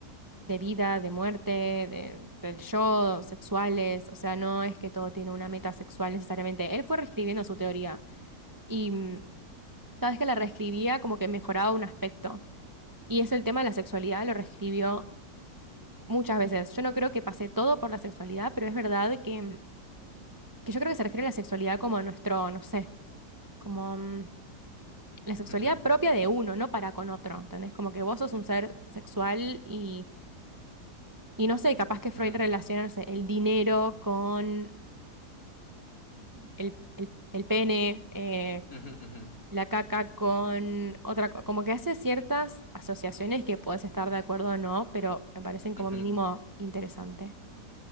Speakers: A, on the right; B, on the left.
A: de vida, de muerte, de- del yo, sexuales, o sea, no es que todo tiene una meta sexual necesariamente. Él fue reescribiendo su teoría y mm, cada vez que la reescribía como que mejoraba un aspecto. Y eso el tema de la sexualidad lo reescribió muchas veces. Yo no creo que pase todo por la sexualidad, pero es verdad que, mm, que yo creo que se refiere a la sexualidad como a nuestro, no sé, como mm, la sexualidad
B: Ujú,
A: propia de uno, no para con otro, ¿entendés? Como que vos sos un ser sexual y... Y no sé, capaz que Freud
B: ujú,
A: relaciona, no sé, el dinero con el, el- el pene, eh,
B: ujú, ujú,
A: la caca con otra, co- como que hace ciertas asociaciones que puedes estar de acuerdo o no, pero me parecen como
B: ujú.
A: mínimo interesante.